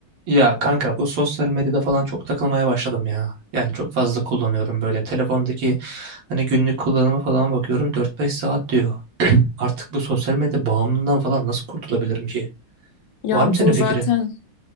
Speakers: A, on the right; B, on the left.
A: Ya kanka bu sosyal medyada falan çok takılmaya başladım ya. Yani çok fazla kullanıyorum böyle. Telefondaki hani günlük kullanımı falan bakıyorum dört beş saat diyor. Artık bu sosyal medya bağımlılığından falan nasıl kurtulabilirim ki?
B: Ya
A: Var mı senin
B: bu
A: fikrin?
B: zaten